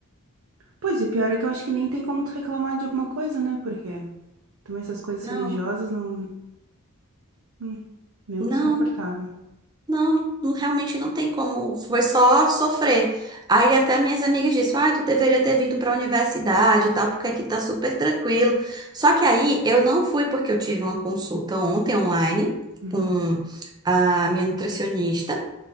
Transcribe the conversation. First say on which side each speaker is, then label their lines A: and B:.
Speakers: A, on the right (about 65°); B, on the right (about 20°).
A: Pois, e o pior é que eu acho que nem tem como tu reclamar de alguma coisa, né? Porque também essas coisas
B: Não,
A: religiosas não. Hum, mesmo
B: não,
A: desconfortável.
B: não, não, realmente não tem como. Foi só sofrer. Aí até minhas amigas disseram, ah, tu deveria ter vindo para a universidade e tal, porque aqui tá super tranquilo. Só que aí eu não fui porque eu tive uma consulta ontem online
A: Uhum,
B: com a minha nutricionista.